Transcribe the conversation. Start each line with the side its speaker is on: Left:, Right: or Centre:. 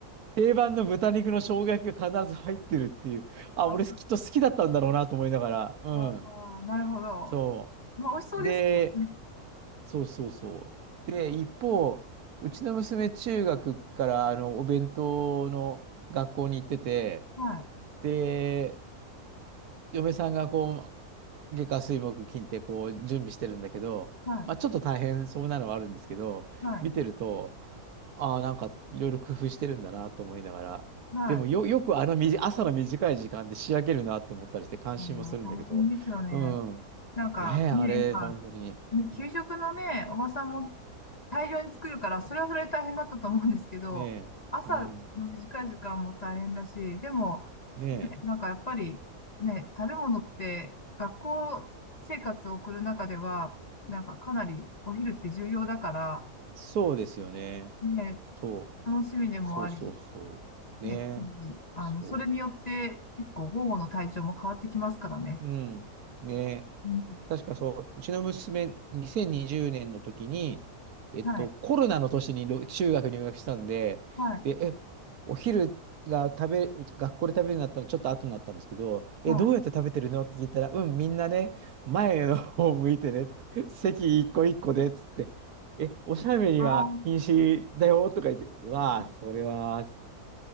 Right: 定番の豚肉の生姜焼きが必ず入ってるっていう、あ、
Left: ああ、
Right: 俺きっと好きだったんだろうなと思いながら、うん。
Left: ああ、なるほど。
Right: そ
Left: まあ、美味しそうでした。
Right: う。で、そうそうそう。で、一方、うちの娘、中学からあのお弁当の学校に行ってて、
Left: はい、
Right: で、嫁さんがこう、月火水木金ってこう準備してるんだけど、
Left: はい、
Right: まあ、ちょっと大変そうなのはあるんですけど、
Left: はい、
Right: 見てると、ああ、なんかいろいろ工夫してるんだなと思いながら、
Left: はい。
Right: でもよ、よくあのみじ朝の短い時間で仕上げるなと思ったりして、感心もするんだけど、
Left: あの大変ですよね。
Right: うん、
Left: なんかね、
Right: ねえ、あれ、
Left: やっぱ、
Right: 本当に。
Left: ね、給食のね、
Right: うん
Left: おばさん持っ大量に作るから、それはそれで大変だったと思うんですけど、
Right: ねえ、
Left: 朝の短い時間も大変だし、
Right: うん、
Left: でも、
Right: ねえ。
Left: ね、なんかやっぱり、ね、食べ物って学校生活を送る中では、なんかかなりお昼って重要だから、
Right: そうですよね。
Left: ね、
Right: そう。
Left: 楽しみでもあり、
Right: そうそうそう。ね。
Left: ね、あの、
Right: そ
Left: それによって結構午後の体調も変わってきますからね。
Right: う。うん。ね。
Left: うん、
Right: 確かそう、うちの娘、2020年の時に、えっと、
Left: はい、
Right: コロナの年にろ中学入学したんで、
Left: はい、
Right: で、え、お昼が食べ、学校で食べるようになったのちょっと後になったんですけど、え、
Left: はい。
Right: どうやって食べてるのって聞いたら、うん、みんなね、前の方向いてねって、<laughs> 席一個一個で、つって、え、おしゃべりは禁止だよとか言って、
Left: ああ、
Right: わあ、
Left: うん、
Right: それは、